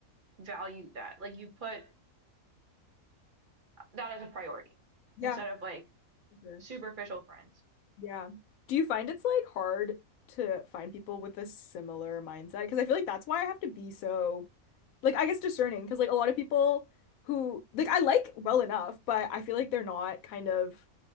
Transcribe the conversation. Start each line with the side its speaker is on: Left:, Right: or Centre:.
Right: value that. Like you put that as a priority
Left: Yeah.
Right: instead of like
Left: For sure.
Right: superficial friends.
Left: Yeah. Do you find it's like hard to find people with a similar mindset? Because I feel like that's why I have to be so Like I guess discerning because like a lot of people who like I like well enough, but I feel like they're not kind of